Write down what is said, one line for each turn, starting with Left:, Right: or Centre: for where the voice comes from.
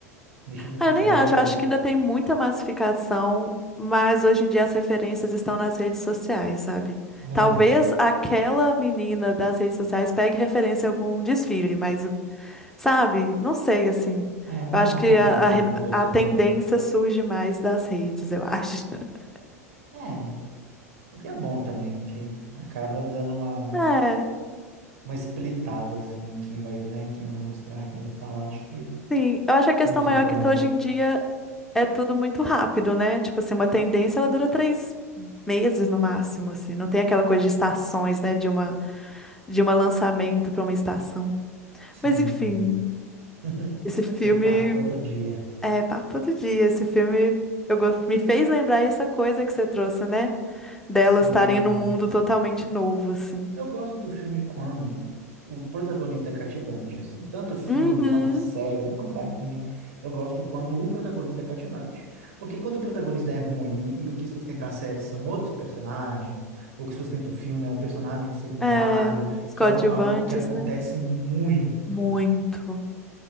Right: vestindo o
Centre: Ah,
Right: que
Centre: Eu
Right: quer.
Centre: nem acho, eu acho que ainda tem muita massificação, mas hoje em dia as referências estão nas redes sociais, sabe?
Right: É.
Centre: Talvez aquela menina das redes sociais pegue referência em algum desfile, mas, sabe? Não sei, assim.
Right: É, eu não
Centre: Eu acho que
Right: acompanho
Centre: a,
Right: tanto
Centre: a, re-
Right: o universo
Centre: a
Right: feminino.
Centre: tendência surge mais das redes, eu acho. <laughs>
Right: É, o que é bom também, porque acaba dando uma,
Centre: É,
Right: uma splitada, assim, em quem vai, né, quem vai mostrar, quem vai falar, acho que
Centre: sim. Eu acho que a questão
Right: não fica
Centre: maior é que
Right: único.
Centre: hoje em dia é tudo muito rápido, né? Tipo assim, uma tendência ela dura três meses no máximo, assim. Não tem aquela coisa de estações, né? De uma de um lançamento para uma estação.
Right: Sim.
Centre: Mas enfim,
Right: <laughs>
Centre: esse filme
Right: Isso é papo para outro dia.
Centre: é papo todo dia. Esse filme eu gos- me fez lembrar essa coisa que você trouxe, né? Delas
Right: Sim.
Centre: estarem num mundo totalmente novo, assim.
Right: Eu gosto do filme quando o protagonista é cativante, assim, tanto filme
Centre: Uhum.
Right: quanto série, quanto anime. Eu gosto quando o protagonista é cativante. Porque quando o protagonista é ruim e, e o que sustenta a série são outros personagens, o que sustenta o filme é um personagem secundário,
Centre: É, os
Right: que
Centre: coadjuvantes,
Right: é um- algo que acontece
Centre: né?
Right: muito
Centre: Muito.